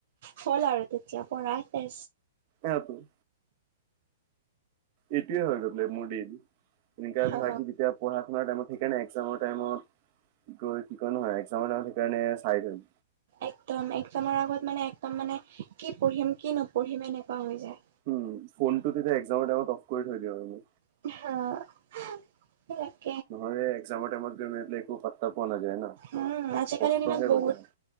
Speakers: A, on the right; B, on the right.
A: হ'ল আৰু তেতিয়া পঢ়া ছেছ।
B: অ প <unintelligible> এইটোৱে আৰু হৈ পেলায় মোৰ ডেইলি, এনেকা
A: অ
B: ধৰা কি যেতিয়া। পঢ়া শুাৰ টাইমত সেইকাৰণে একজামৰ টাইমত কি কি কয় নহয় একজামৰ টাইমত সেইকাৰণে চাই থম।
A: একদম একজামৰ আগত মানে একদম মানে কি পঢ়িম কি নপঢ়িম এনেকুৱা হৈ যায়।
B: উম, ফোনটো তেতিয়া একজামৰ টাইমত অফ কৰি থৈ দিওঁ আৰু।
A: হয়।
B: নহয় এ একজামৰ টাইমত গৈ মে পেলাই একো পত্তা পোৱা নাযায় ন,
A: উম আজিকালিৰ
B: কষ্টহে
A: দিনত বহুত
B: উলতা হয়।